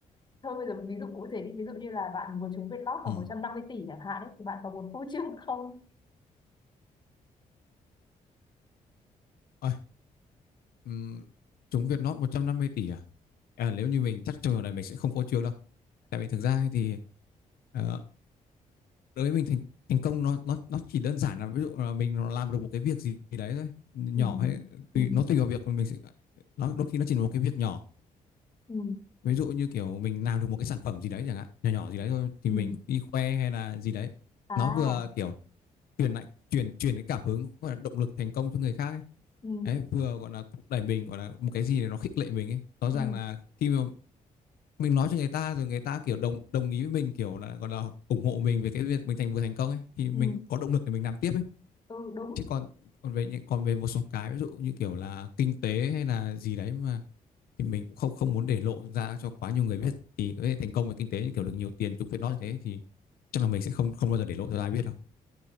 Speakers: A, on the left (about 30°); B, on the left (about 75°).
A: thôi bây giờ ví dụ cụ thể đi ví dụ như là bạn vừa trúng Vietlott lót khoảng
B: Ừ.
A: một trăm năm mươi tỷ chẳng hạn ấy, thì bạn có muốn phô trương <laughs> không
B: Ôi, ừm, chúng Vietnot 150 tỷ à? à nếu như mình chắc trong trường này mình sẽ không phô trương đâu tại vì thực ra ấy thì ờ, đối với mình thành thành công nó nó nó chỉ đơn giản là ví dụ là mình làm được một cái việc gì đấy thôi nhỏ
A: ừ.
B: hay
A: Ừ.
B: tùy nó tùy vào việc mà mình sẽ nó đôi khi nó chỉ là một cái việc nhỏ
A: Ừ.
B: ví dụ như kiểu mình làm được một cái sản phẩm gì đấy chẳng hạn nhỏ nhỏ gì đấy thôi thì
A: Ừ.
B: mình đi khoe hay là gì đấy
A: à
B: nó vừa kiểu truyền lại truyền truyền cái cảm hứng gọi là động lực thành công cho người khác ấy.
A: ừ.
B: Đấy, vừa gọi là thúc đẩy mình gọi là một cái gì để nó khích lệ mình ấy. Rõ ràng
A: Ừ.
B: là khi mà mình nói cho người ta rồi người ta kiểu đồng đồng ý với mình kiểu là gọi là ủng hộ mình về cái việc mình thành vừa thành công ấy thì mình
A: Ừ.
B: có động lực để mình làm tiếp ấy.
A: ừ đúng
B: Chứ còn còn về những còn về một số cái ví dụ như kiểu là kinh tế hay là gì đấy mà thì mình cũng không không muốn để lộ ra cho quá nhiều người biết thì cái thành công về kinh tế như kiểu được nhiều tiền chúng phải nói như thế thì chắc là mình sẽ không không bao giờ để lộ cho ai biết đâu.